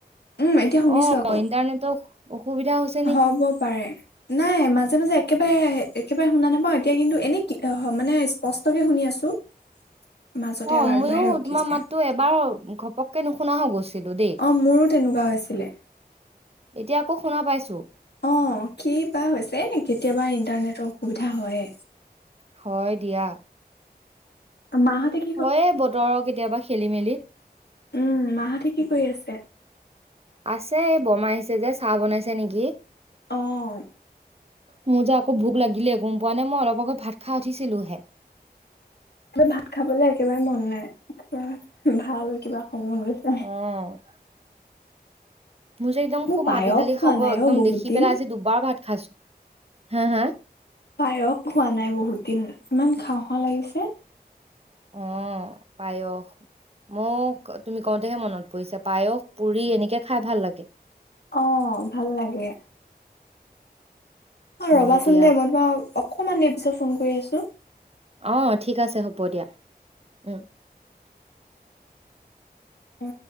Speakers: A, on the left; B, on the right.
A: উম, এতিয়া শুনিছো
B: অ
A: আকৌ
B: ইণ্টাৰনেটৰ অ অসুবিধা হৈছ
A: হ'ব পাৰে নাই মাজে মাজে একেবাৰে একেবাৰে শুনা নাপাওঁ এতিয়া কিন্তু এনে কি আ মানে স্পষ্টকে শুনি আছো মাজতে
B: অ
A: এবাৰ
B: মইও
A: দুবাৰহে ৰখি
B: তোমাৰ
A: যায়।
B: মাততো এবাৰ ঘপককে নুশুনা হৈ গৈছিলো দেই
A: অঁ মোৰো তেনেকুৱা হৈছিলে
B: এতিয়া আকৌ শুনা পাইছো
A: অ কি বা হৈছে কেতিয়াবা ইণ্টাৰনেটৰ অসুবিধা হয়
B: হয় দিয়া
A: অ মাহতেক
B: হয়ে বতৰ কেতিয়াবা খেলি মেলি
A: উম মাহতে কি কৰি আছে
B: আছে এই বমাই আহিছে যে চাহ বনাইছে নেকি
A: অ
B: মোৰ যে আকৌ, ভোক লাগিলে গম পোৱা নে, মই অলপ আগত ভাত খা উঠিছিলোহে।
A: মোৰ ভাত খাবলে একেবাৰে মন নাই, কিবা, ভাল কিবা খাব মন গৈছে।
B: অ। মোৰ যে, একদম খুব
A: পায়স
B: মাটি দালি
A: খোৱা
B: খাব,
A: নাই
B: একদম
A: অ' বহুত
B: দেখি
A: দিন।
B: পেলাই আজি, দুবাৰ ভাত খাইছো। হা' হা'?।
A: পায়স খোৱা নাই বহুত দিন, ইমান খাও খাও লাগিছে।
B: অ', পায়স। মোক, তুমি কওঁতেহে মনত পৰিছে, পায়স, পুৰি এনেকে খাই ভাল লাগে।
A: অ', ভাল লাগে। অ',
B: হয়
A: ৰবাচোন
B: দিয়া
A: দে, মই তোমাক অকমান দেৰি পিছত, ফোন কৰি আছো।
B: অ', ঠিক আছে হ'ব দিয়া। উম।
A: অ।